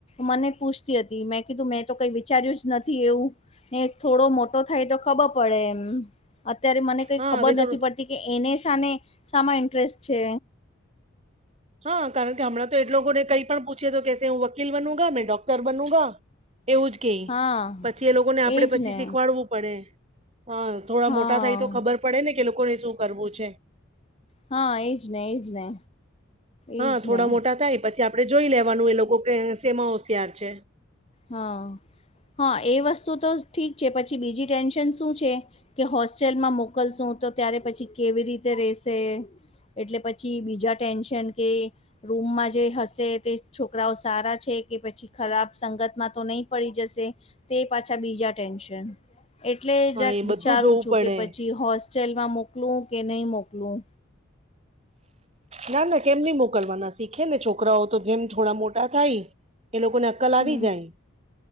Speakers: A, on the left; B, on the right.
A: મને પૂછતી હતી મેં કીધું મેં તો કઈ વિચાર્યું. નથી એવું ને થોડો મોટો થાય તો ખબર પડે એમ. અત્યારે મને કઈ
B: હા
A: ખબર
B: હવે
A: નથી
B: તો
A: પડતી કે એને શા ને શામાં ઇન્ટરેસ્ટ છે.
B: હા કારણ કે હમણાં તો એટ લોકો ને કઈ પણ પૂછે તો કે હું વકીલ બનુગા મે. ડોક્ટર બનુગા એવું જ કે
A: હા
B: પછી એ લોકોને આપડે
A: એજ
B: પછી
A: ને
B: શીખવાડવું. પડે હ થોડા
A: હા
B: મોટા થાય તો ખબર પડે ને કે લોકોને શું કરવું છે.
A: હા, એજ ને એજ ને.
B: હા,
A: એજ
B: થોડા
A: ને
B: મોટા થાય પછી આપડે જોઈ લેવાનું એ લોકો સેમા હોશિયાર છે.
A: હા હા એ વસ્તુ તો ઠીક છે પછી બીજી ટેન્શન શું છે કે હોસ્ટેલમાં મોકલશું તો ત્યારે પછી કેવી રીતે રશે. એટલે પછી બીજા ટેન્શન કે. રૂમમાં જે હશે તે છોકરાઓ સારા છે કે પછી ખરાબ સંગત. તો નહી પડી જશે તે પાછા બીજા ટેન્શન. એટલે
B: હા
A: જક
B: એ બધું
A: વિચારું
B: જોવું
A: છું
B: પડે
A: કે પછી હોસ્ટેલમાં મોકલું કે નહીં મોકલું.
B: ના ના કેમ નહીં મોકલવાના શીખે ને છોકરાઓ તો જેમ થોડા મોટા થાય એ લોકોને કલ આવી
A: હમ
B: જાય.